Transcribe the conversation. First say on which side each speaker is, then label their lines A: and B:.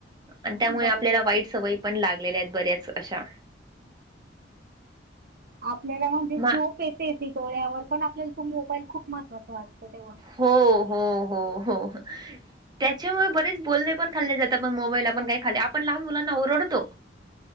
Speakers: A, on the right (about 25°); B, on the right (about 55°).
A: आणि त्यामुळे
B: बरोबर
A: आपल्याला वाईट सवय पण लागल आहेत बऱ्याच अशा.
B: आपल्याला म्हणजे झोप
A: मा
B: येते ती डोळ्यावर पण आपल्याला तो मोबाईल खूप महत्त्वाचा वाटतो तेव्हा.
A: हो हो हो हो. त्याच्यामुळे बरेच बोलणे पण खाल्ले जात आपण मोबाईल आपण काही खाली आपण लहान मुलांना ओरडतो